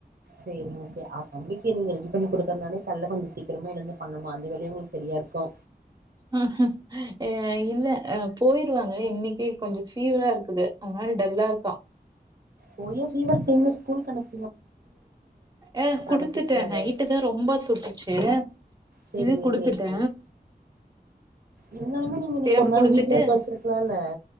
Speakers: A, on the right (about 65°); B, on the right (about 25°).
A: செரிங்கசே ஆ தம்பிக்கு நீங்க ரெடி பண்ணி கொடுக் குறனாலே கால்ல கொஞ்சோ சீக்கிரமா எழுந்து பண்ணணு அந்த வேலையே உங்களுக்கு சரியா இருக்கு
B: ஆ ஹ அ இல்ல போயிருவாங்க இன்னைக்கு கொஞ்சோ ஃபீவரா இருக்குது ஒரு மாரி டல்லா இருக்கா
A: போயே ஃபீவர் டைம்ல ஸ்கூலுக் அனுப்
B: ஏ குடுத்துட்டே
A: அனுப்பிருக்கலால்ல
B: நைட்டுதா ரொம்ப சுட்டுச்சு
A: சேரிங்க
B: இது குடுத்துட்டே
A: சேரிங்க இருந்தாலுமே நீங்க இன்னைக்கு
B: சிரப்
A: ஒரு நாள்
B: குடுத்துட்டு
A: வீட்ல இருக்க வச்சிருக்குலா இல்ல